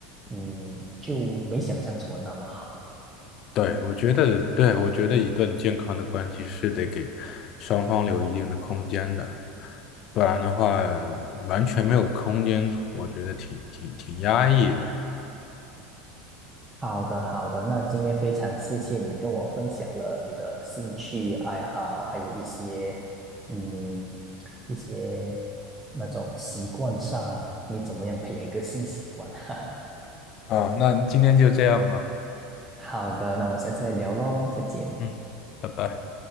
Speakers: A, on the right; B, on the left.
A: 嗯，就没想象中的那么好。
B: 对，我觉得，对，我觉得一段健康的关系是得给双方留一定的空间的，不然的话完全没有空间，我觉得挺挺挺压抑的。
A: 好的，好的，那今天非常谢谢你跟我分享了你的兴趣爱好，还有一些嗯一些那种习惯上，你怎么样培养一个新习惯？<laughs>
B: 啊，那今天就这样吧，
A: 好的，那我们下次再聊喽，再见。
B: 嗯，拜拜。